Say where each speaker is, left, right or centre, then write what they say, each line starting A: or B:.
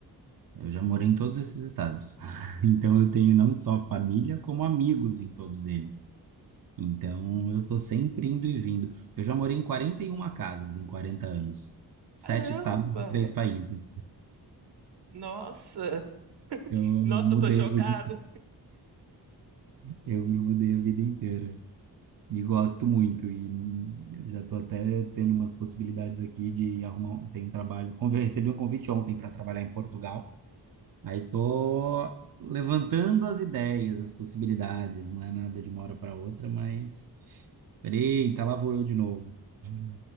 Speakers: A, on the right (about 60°); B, on the right (about 80°).
A: Eu já morei em todos esses estados. <laughs> Então eu tenho não só família, como amigos em todos eles. Então eu tô sempre indo e vindo. Eu já morei em 41 casas em 40 anos. Sete
B: Caramba!
A: estados e três países.
B: Nossa!
A: Eu
B: Nossa,
A: mudei
B: eu tô chocada!
A: a vida, eu me mudei a vida inteira. E gosto muito, e já estou até tendo umas possibilidades aqui de arrumar, um- tem um trabalho, convi- recebi um convite ontem para trabalhar em Portugal, aí estou levantando as ideias, as possibilidades, não é nada de uma hora para outra, mas, eita, lá vou eu de novo. <laughs>